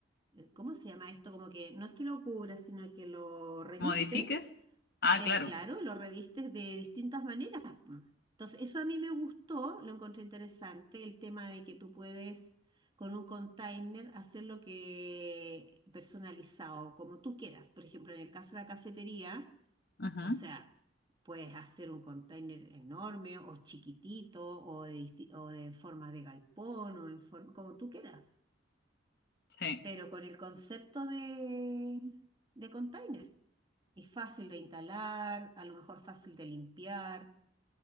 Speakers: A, on the right (about 25°); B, on the left (about 60°).
A: ¿cómo se llama esto? Como que no es que lo cubras, sino que lo revistes,
B: modifiques. Ah,
A: eh,
B: claro.
A: claro, lo revistes de distintas maneras. po. Entonces, eso a mí me gustó, lo encontré interesante, el tema de que tú puedes con un container hacer lo que personalizado, como tú quieras. Por ejemplo, en el caso de la cafetería,
B: Ujú,
A: o sea, puedes hacer un container enorme o chiquitito o de, disti- o de forma de galpón o en forma, como tú quieras
B: Sí.
A: pero con el concepto de, de container. Y fácil de instalar, a lo mejor fácil de limpiar,